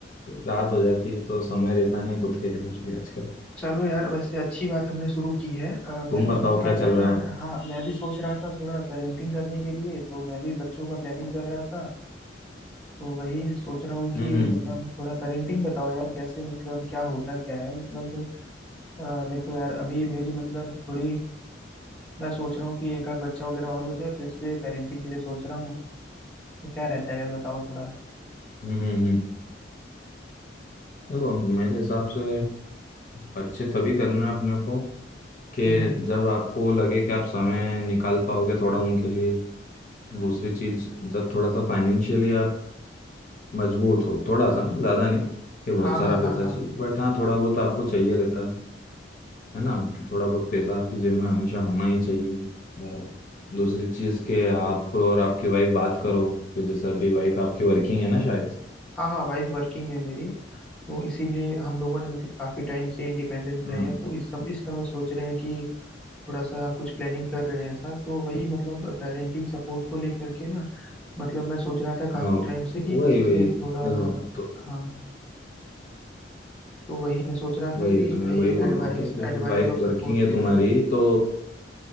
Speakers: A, on the left; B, in the centre.
A: रात हो जाती है तो समय रहता नहीं है खुद के लिए कुछ भी आजकल
B: चलो यार वैसे अच्छी बात हमने शुरू की है अ,
A: तुम
B: मैं भी
A: बताओ
B: सोच रहा
A: क्या चल
B: था यार
A: रहा है
B: हाँ मैं भी सोच रहा था थोड़ा पेरेंटिंग करने के लिए तो मैं भी बच्चों का प्लानिंग कर रहा था तो वही सोच रहा हूँ कि
A: हम्म हम्म
B: मतलब थोड़ा पेरेंटिंग बताओ यार कैसे मतलब क्या होता क्या है मतलब अ, देखो यार अभी मेरी मतलब थोड़ी मैं सोच रहा हूँ कि एक आध बच्चा वगैरह और हो जाए तो इसलिए पेरेंटिंग के लिए सोच रहा हूँ तो क्या रहता है यार बताओ थोड़ा
A: हम्म हम्म हम्म। देखो मेरे हिसाब से अच्छे तभी करना है अपने को कि
B: हम्म
A: जब आपको लगे कि आप समय निकाल पाओगे थोड़ा उनके लिए दूसरी चीज जब थोड़ा सा फाइनेंशियली आप मजबूत हो थोड़ा सा ज़्यादा नहीं कि बहुत
B: हाँ
A: सारा
B: हाँ हाँ
A: पैसा
B: हाँ
A: चाहिए बट हाँ थोड़ा बहुत आपको चाहिए रहता है है ना कि थोड़ा बहुत पैसा आपकी जेब में हमेशा होना ही चाहिए या दूसरी चीज़ के आप और आपकी वाइफ बात करो कि जैसे अभी वाइफ आपकी वर्किंग है ना शायद
B: हाँ हाँ वाइफ वर्किंग है मेरी तो इसीलिए हम लोगों ने मतलब काफी टाइम से इंडिपेंडेंट
A: हाँ
B: रहे हैं तो इस सम, इस समय सोच रहे हैं कि थोड़ा सा कुछ प्लानिंग कर रहे हैं ऐसा तो वही मतलब पेरेंटिंग सपोर्ट को लेकर के ना मतलब मैं सोच रहा था काफी
A: हाँ
B: टाइम से कि
A: वही
B: किसी
A: वही
B: से थोड़ा
A: देखो तो
B: हाँ तो वही मैं सोच रहा
A: वही
B: था कि
A: है तो मैं
B: कहीं
A: वही बोल
B: एडवाइस
A: रहा हूँ कि जैसे
B: एडवाइस
A: वाइफ
B: और सपोर्ट
A: वर्किंग है
B: ले
A: तुम्हारी
B: लें
A: तो